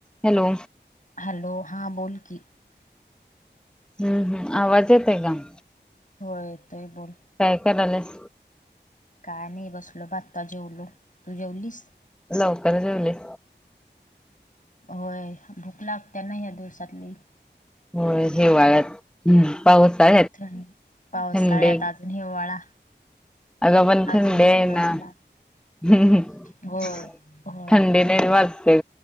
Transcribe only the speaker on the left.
Hello हा बोल की
हो येतय बोल.
काय नाही बसल बा आता जेवलो तू जेवलीस.
होय भूक लागत नाही या दिवसातली
थंड पावसाळ्यात
अजून हिवाळा
अजून हिवाळाला
होय होय